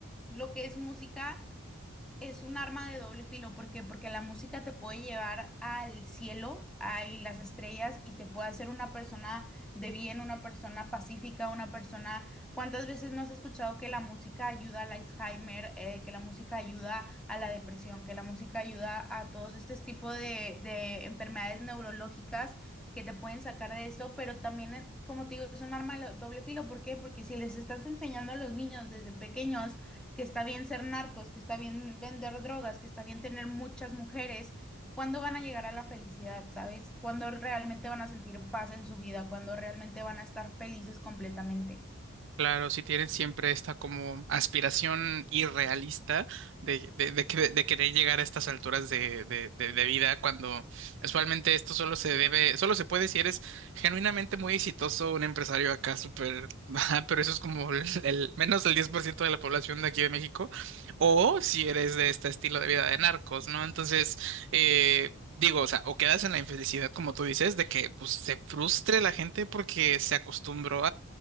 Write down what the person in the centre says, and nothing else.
lo que es música es un arma de doble filo, ¿por qué? Porque la música te puede llevar al cielo, a las estrellas y te puede hacer una persona de bien, una persona pacífica, una persona... ¿Cuántas veces no has escuchado que la música ayuda al Alzheimer, eh, que la música ayuda a la depresión, que la música ayuda a todos estos tipos de, de enfermedades neurológicas que te pueden sacar de esto? Pero también, eh, como te digo, es un arma de doble filo, ¿por qué? Porque si les estás enseñando a los niños desde pequeños, que está bien ser narcos, que está bien vender drogas, que está bien tener muchas mujeres, ¿cuándo van a llegar a la felicidad, sabes? ¿Cuándo realmente van a sentir paz en su vida? ¿Cuándo realmente van a estar felices completamente?